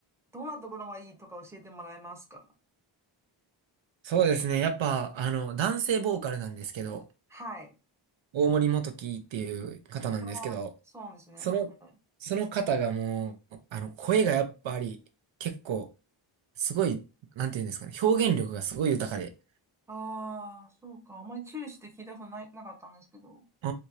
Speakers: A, in the centre; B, on the right.
A: どんなところがいいとか教えてもらえますか
B: そうですね。やっぱ、あの、男性ボーカルなんですけど、
A: はい。
B: 大森元貴っていう方なんですけど、
A: ああ、そうですね。
B: その、
A: はい。
B: その方がもう、あの、声がやっぱり、結構、すごい、なんていうんですかね、表現力がすごい豊かで、
A: ああ、そうか。あんまり注意して聞いたことない、なかったんですけど。
B: う